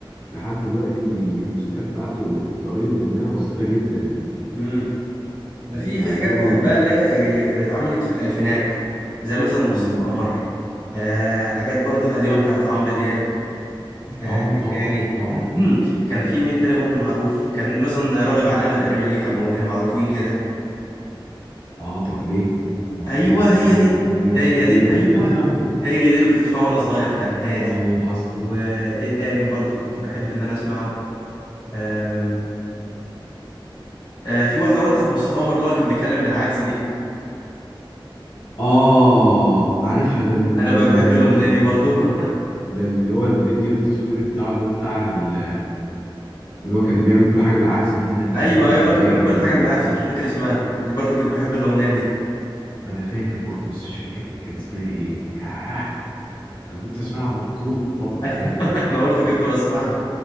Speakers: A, on the left; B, on the left.
A: لحد دلوقتي الموسيقى بتاعته طريقه اغنيه بسيطه جدا
B: امم انا في
A: يعني
B: في حاجات
A: هو
B: بحبها
A: ما...
B: اللي هي اللي اللي اتعملت في الالفينات زي مثلا مصطفى
A: مم.
B: قمر آه حاجات برضو القديمه بتاعت عمرو دياب آه
A: اه
B: ايه
A: طبعا
B: تاني
A: طبعا
B: <clears throat> كان في مين تاني برضو معروف كان مثلا راغب علامه تقريبا ليه كام اغنيه معروفين كده
A: اه طب ليه طب
B: ايوه
A: ليه
B: هي
A: كده
B: دي
A: ايوه
B: هي
A: ايوه
B: دي ايوه
A: <laughs>
B: هي دي اللي كنت بسمعها وانا صغير فعلا هي دي
A: ايوه حصل
B: وايه تاني برضو كنت بحب ان انا اسمعه آم، آه، في واحده برضه بتاعت مصطفى قمر اللي هو كان بيتكلم بالعكس دي
A: اه عارفها ده ال-
B: انا
A: ده
B: ب-
A: ال-
B: بحب الاغنيه دي برضه <laughs>
A: ده اللي هو الفيديو التصويري بتاعه اللي هو بتاع ال- اللي هو كان بيعمل كل حاجه بالعكس فيه ده انا
B: ايوه
A: فاكر
B: ايوه
A: الاغنيه
B: اللي هو كان بيعمل
A: جدا
B: كل حاجه بالعكس بس مش فاكر اسمها دي برضه كنت بحب الاغنيه دي
A: انا فاكر برضه بس مش فاكر كان اسمها ايه ياه انا كنت اسمعها على طول في الفتره
B: <laughs>
A: بتاعتها
B: ايوه
A: دي
B: انا برضه كنت بسمعها